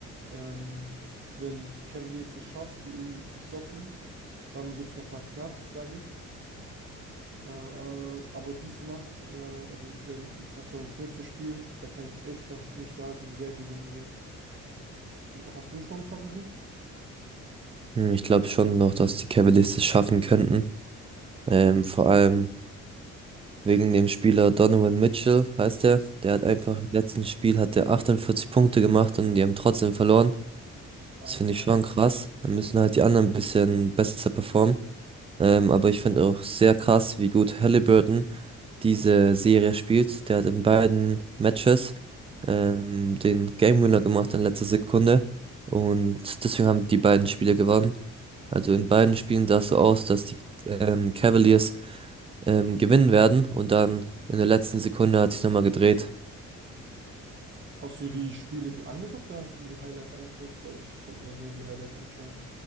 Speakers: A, on the right; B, on the right.
A: Ähm, wenn Cavaliers es schafft, die irgendwie zu stoppen, dann wird es nochmal knapp, sage ich. Äh, äh, aber diese Nacht, äh, also äh, nicht diese Nacht, sondern das nächste Spiel, da kann ich echt noch nicht sagen, wer gewinnen wird. Hast du schon einen Favorit?
B: Hm, Ich glaube schon noch, dass die Cavaliers das schaffen könnten. Ähm, vor allem. Wegen dem Spieler Donovan Mitchell heißt er. Der hat
A: Ja.
B: einfach im letzten Spiel hat der 48 Punkte gemacht und die haben trotzdem verloren.
A: Alter.
B: Das finde ich schon krass. Dann müssen halt die anderen ein bisschen besser performen. Ähm, aber ich finde auch sehr krass, wie gut Halliburton diese Serie spielt. Der hat in beiden Matches ähm, den Game Winner gemacht in letzter Sekunde. Und deswegen haben die beiden Spiele gewonnen. Also in beiden Spielen sah es so aus, dass die ähm, Cavaliers ähm, gewinnen werden. Und dann in der letzten Sekunde hat sich nochmal gedreht.
A: Hast du die Spiele ge- angeguckt oder hast du die Highlights angeguckt? Weil ich konnte mir nur die Highlights anschauen.